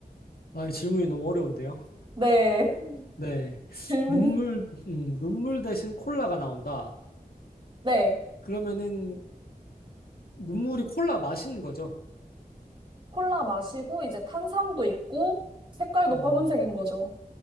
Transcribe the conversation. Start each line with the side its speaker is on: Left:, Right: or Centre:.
Left: 아, 질문이 너무 어려운데요.
Right: 네, <laughs>
Left: 네.
Right: 질문이.
Left: 눈물, 음, 눈물 대신 콜라가 나온다.
Right: 네,
Left: 그러면은 눈물이 콜라 맛인 거죠.
Right: 콜라 마시고 이제 탄산도 있고 색깔도
Left: 어,
Right: 검은색인 거죠.